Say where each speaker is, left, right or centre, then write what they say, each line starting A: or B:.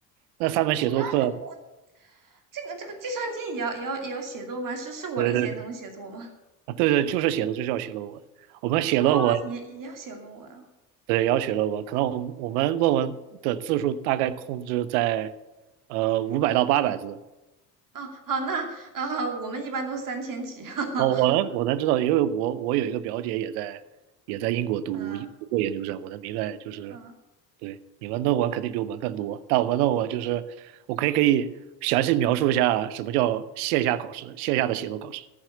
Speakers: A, on the right (about 65°); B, on the right (about 40°).
A: 那三门写作课，
B: 我这个这个计算机也要也要也要写作吗？是是我理解的那种写作吗？
A: 对对对，对对，就是写的就是要写论文。我们写论文，
B: 哦，也也要写论文啊。
A: 对，要写论文，可能我们我们论文的字数大概控制在呃五百到八百字。
B: 啊，好，那啊，我们一般都是三千起，<laughs>
A: 哦，我能我能知道，因为我我有一个表姐也在也在英国读英读过研究生，
B: 啊
A: 我能明白就是，
B: 啊
A: 对，你们论文肯定比我们更多，但我们论文就是我可以给你详细描述一下什么叫线下考试，线下的写作考试，